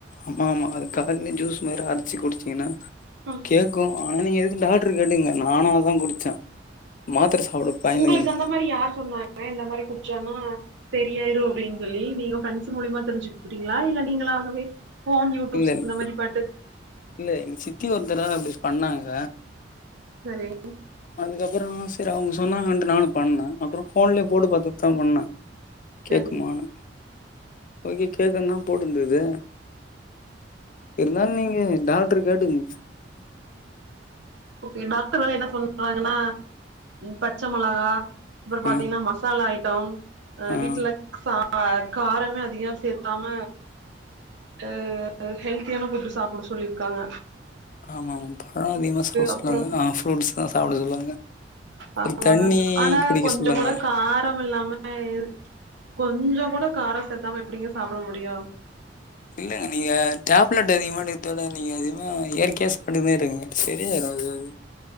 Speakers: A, on the left; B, on the right.
A: ஆமா ஆமா அது கால்லயே ஜூஸ் மாதிரி அரைச்சு குடிச்சீங்கன்னா
B: அ
A: கேட்கு ஆனா நீங்க எதுக்கு டாக்டர் கேட்டுங்க நானு அதா குடிச்சே மாத்திரை சாப்பிட பயந்துக்குன்னு
B: உங்களுக்கு அந்த மாறி யார் சொன்னாங்க இந்த மாரி குடிச்சோன்னா சரியாயிரு அப்டின்னு சொல்லி நீங்க கன்சல்ட் மூலியமா தெரிஞ்சுக்கிட்டீங்களா இல்ல நீங்களாகவே போன் யூடியூப்ஸ்
A: இல்ல இல்ல
B: இந்த மாதிரி பாட்டு
A: இல்ல எங்க சித்தி ஒரு தடவ அப்டி பண்ணாங்க
B: சரி
A: அதுக்கப்றோ ஆ சரி அவங்க சொன்னாங்கட்டு நா பண்ணே அப்றோ போன்லயே போட்டு பார்த்துட்டு தா பண்ணே கேக்குமான்னு
B: சரி
A: ஓகே கேக்குந் தா போட்டுருந்தது இருந்தாலு நீங்க டாக்டர் கேட்டுங்க
B: ஓகே டாக்டர் வேற என்ன சொல் வாங்கன்னா பச்சை மிளகா அப்றோ பாத்தீங்கன்னா
A: ஆ
B: மசாலா ஐட்டம் அ
A: ஆ
B: வீட்ல சா காரமே அதிகமா சேர்த்தாம அது ஹெல்த்தியான ஃபுட் சாப்ட சொல்லியிருக்காங்க
A: ஆமா ஆமா பழ அதிகமா சாப்பிட சொல்லுவாங்க
B: அப்புறோ
A: ஆ ஃப்ரூட்ஸ் தா சாப்ட சொல்லுவாங்க அப்றோ
B: ஆமாங்க
A: தண்ணி
B: ஆனா
A: குடிக்க
B: கொஞ்சோ
A: சொல்லுவாங்க.
B: கூட காரம் இல்லாம அ கொஞ்சோ கூட காரம் சேத்தாம எப்டிங்க சாப்ட முடியு
A: இல்லங்க நீங்க டேப் லெட்டு அதிகமா எடுத்தாலு நீங்க அதிகமா இயற்கையா சாப்ட்ட மாறி இருங்க சரியாயிரு அதுவாவே